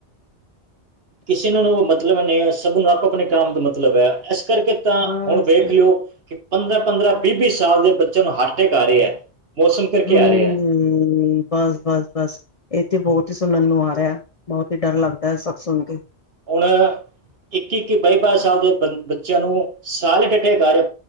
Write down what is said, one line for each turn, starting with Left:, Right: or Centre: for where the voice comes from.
Right: ਕਿਸੇ ਨੂੰ ਮਤਲਬ ਨਹੀਂ ਐ ਸਭ ਨੂੰ ਆਪੋ - ਆਪਣੇ ਕੰਮ ਦਾ ਮਤਲਬ ਐ ਇਸ ਕਰਕੇ ਤਾਂ
Left: ਬਸ
Right: ਹੁਣ ਵੇਖ ਲਿਓ ਕਿ ਪੰਦਰਾਂ- ਪੰਦਰਾਂ, ਵੀਹ- ਵੀਹ ਸਾਲ ਦੇ ਬੱਚਿਆਂ ਨੂੰ ਹਾਰਟਟੈਕ ਆ ਰਹੇ ਆ। ਮੌਸਮ ਕਰਕੇ
Left: ਹਾਂਜੀ
Right: ਰਹੇ ਹੈ
Left: ਬਸ, ਬਸ, ਬਸ। ਇਹ ਤਾਂ ਬਹੁਤ ਹੀ ਸੁਣਨ ਨੂੰ ਆ ਰਿਹਾ ਬਹੁਤ ਹੀ ਡਰ ਲੱਗਦਾ ਐ ਸਭ ਸੁਣ ਕੇ
Right: ਹੁਣ ਇੱਕੀ - ਇੱਕੀ, ਬਾਈ -ਬਾਈ ਸਾਲ ਦੇ ਬੰਦ ਬੱਚਿਆਂ ਨੂੰ ਸਾਇਲੈਟ ਅਟੈਕ ਆ ਰਿਹਾ